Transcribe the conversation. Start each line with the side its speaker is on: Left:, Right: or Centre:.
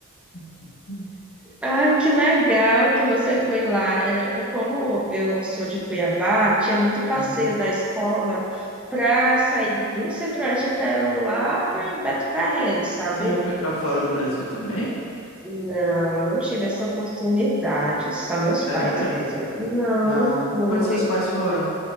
Left: <laughs>
Centre: Ai, que legal que você foi lá. Era, por- como eu sou de Cuiabá, tinha muito passeio
Left: Uhum.
Centre: da escola para sair do Centro-Oeste para lá para Beto Carreiro, sabe?
Left: Você já foi pra fora do Brasil também?
Centre: Não, eu não tive essa oportunidade, só meus pais
Left: Sério?
Centre: mesmo. Não,
Left: Ah,
Centre: não fui.
Left: pra onde seus pais foram?